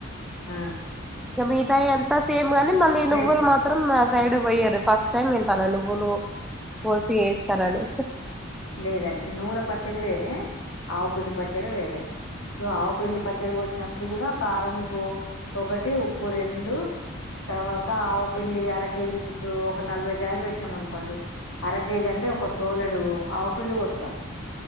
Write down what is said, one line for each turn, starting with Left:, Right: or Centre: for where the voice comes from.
Left: ఆ
Centre: ఇక బీదాయి ఎంత సేఫ్ కానీ మళ్ళీ
Left: లేదు
Centre: నువ్వులు
Left: లే-
Centre: మాత్రం సైడ్ పోయారు ఫస్ట్ టైమ్ వింటాాల నువ్వులు పోసిేసి తారే
Left: లేదండి నూల పచ్చడి వేరే ఆ పిండి పచ్చడి వేరే ఇప్పుడు ఆవపిండి పచ్చడి పోసినప్పుడు కూడా కారం కు ఒకటి ఉప్పు రెండు, తర్వాత ఆవపిండి అర కేేజీ ఇప్పుడు ఒక నలభై కాయలు పెట్టినాం అనుకోండి, అర కేేజీ అంటే ఒక సోలేడు ఆవుపిండి పొస్తాం